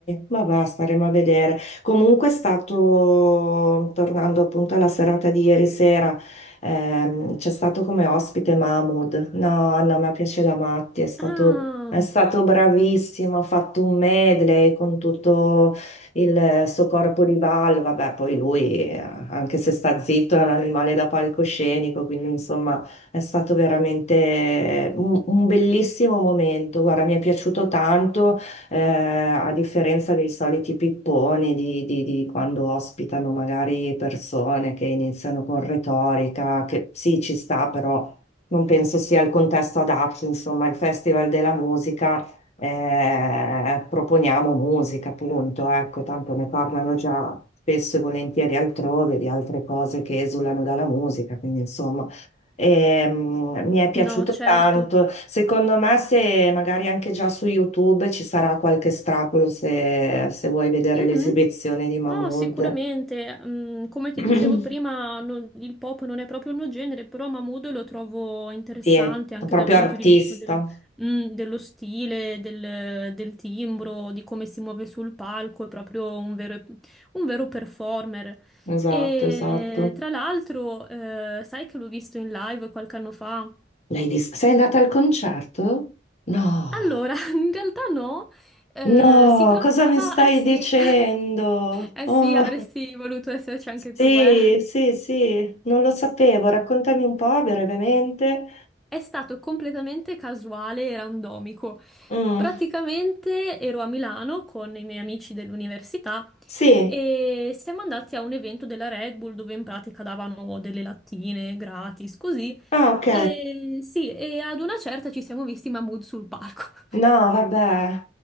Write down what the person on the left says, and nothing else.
ma va, staremo a vedere. Comunque è stato, tornando appunto alla serata di ieri sera, ehm, c'è stato come ospite Mahmood. No, Anna, a me piace da matti, è stato,
è stato bravissimo, ha fatto un medley con tutto il suo corpo di ballo. Vabbè, poi lui, eh, anche se sta zitto, è un animale da palcoscenico, quindi insomma... È stato veramente un, un bellissimo momento. Guarda, mi è piaciuto tanto, eh, a differenza dei soliti pipponi di, di- di quando ospitano magari persone che iniziano con retorica, che sì, ci sta, però non penso sia il contesto adatto. Insomma, il Festival della Musica, eh, proponiamo musica, appunto. Ecco, tanto ne parlano già spesso e volentieri altrove di altre cose che esulano dalla musica, quindi insomma. Ehm, mi è piaciuto
tanto. Secondo me, se magari anche già su YouTube ci sarà qualche strapolo se, se vuoi vedere
l'esibizione di Mahmood.
<clears throat>
Sì, è
proprio
artista.
Esatto,
esatto.
L'hai vista? Sei andata al concerto? No,
no,
cosa mi stai
dicendo?
Oh,
sì,
sì, sì, non lo sapevo. Raccontami un po' brevemente.
Mm,
sì.
Ah, ok.
No, vabbè,